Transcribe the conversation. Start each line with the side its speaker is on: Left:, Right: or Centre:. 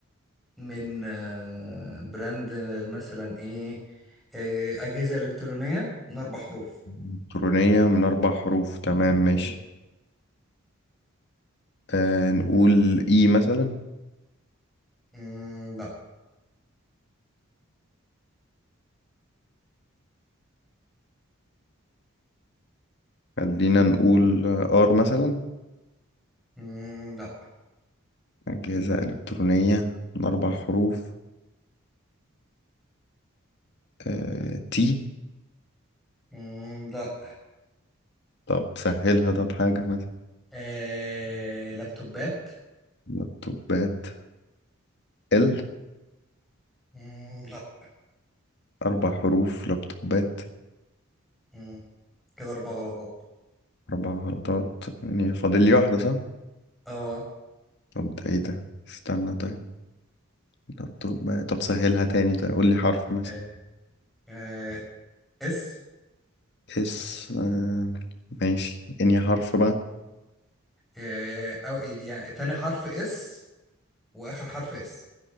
Centre: من آه، براند آه، مثلا ايه آه، أجهزة إلكترونية من أربع حروف
Left: إلكترونية من أربع حروف تمام ماشي
Centre: آه.
Left: آه نقول إي مثلا
Centre: مم، لا
Left: خلينا نقول آر مثلا
Centre: مم، لا
Left: أجهزة إلكترونية من أربع حروف آه تي
Centre: مم، لا
Left: طب سهلها طب حاجة مثلا
Centre: آه، لابتوبات
Left: لابتوبات ال
Centre: مم، لا
Left: أربع حروف لابتوبات
Centre: مم، كده أربع غلطات
Left: أربع غلطات يعني فاضل لي واحدة صح؟
Centre: اه
Left: طب ده إيه ده؟ استنى طيب لابتوب بقى. طب سهلها تاني طيب قول لي حرف مثلا
Centre: آه، آه، اس
Left: اس آه، ماشي انهي حرف بقى
Centre: آه، أو يعني تاني حرف اس واخر حرف اس